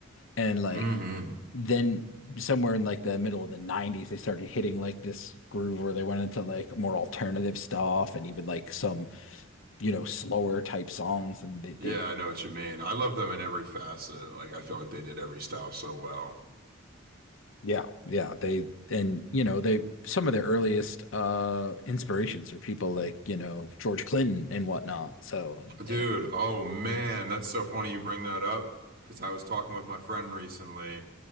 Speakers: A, on the left; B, on the right.
A: And like
B: hmm
A: then somewhere in like the middle of the 90s, they started hitting like this groove where they went into like more alternative stuff and even like some, you know, slower type songs. And they, they
B: Yeah, I know what you mean. I love them in every facet. Like I feel like they did every style so well.
A: yeah, yeah, they, and you know, they, some of their earliest uh inspirations are people like, you know, George Clinton and whatnot. So,
B: Dude,
A: eh,
B: oh man, that's so funny you bring that up because I was talking with my friend recently.